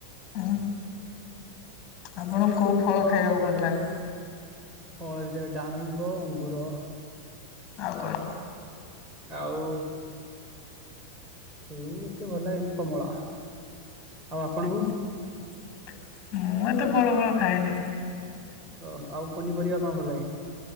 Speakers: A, on the left; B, on the right.
A: ଅଁ, ହଁ ଆପଣଙ୍କୁ କୋଉ ଫଳ ଖାଇବାକୁ ଭଲ ଲାଗେ?
B: ଫଳ ଭିତରେ ଡାଳିମ୍ବ, ଅଙ୍ଗୁର।
A: ଆଉ କଣ?
B: ଆଉ ସେଉ ଏତେ ଭଲ ଲାଗେନି କମଳା। ଆଉ ଆପଣଙ୍କୁ
A: <unintelligible> ମୁଁ ଏତେ ଫଳ ଫଳ ଖାଏନି।
B: ଓ ହୋ, ଆଉ ପନିପରିବା କଣ ଭଲ ଲାଗେ?